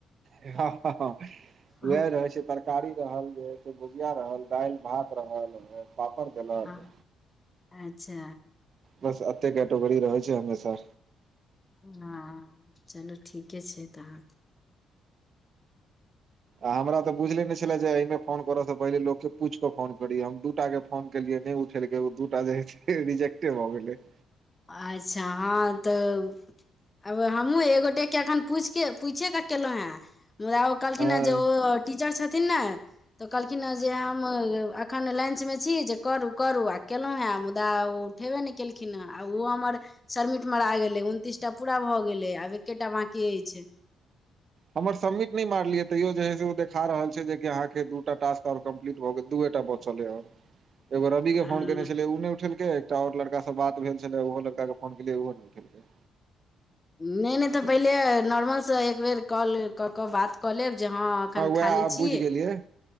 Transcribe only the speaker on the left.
हँ
हँ अच्छा
हँ चलू ठीके छै तहन
अच्छा हँ तऽ आब हमहूँ एगोटे केँ एखन पूछिकेँ पूछै कऽ केललहुँ हेँ मुदा ओ कहलखिन
हे जे ओ टीचर छथिन नऽ तऽ कहलखिन हँ जे हम एखन लंच मे छी जे करू करू आ केलौं हँ मुदा ओ उठेबे नय केलखिन हे आ ओहो हमर शरमिट मरा गेलै उनतीस टा पूरा भऽ गेलै आब एकेटा बांकी अछि
नहि
नय नय तऽ पहिले नॉर्मलसँ एक बेेर कॉल कऽ कऽ बात कऽ लेब जे हँ एखन
खाली
छी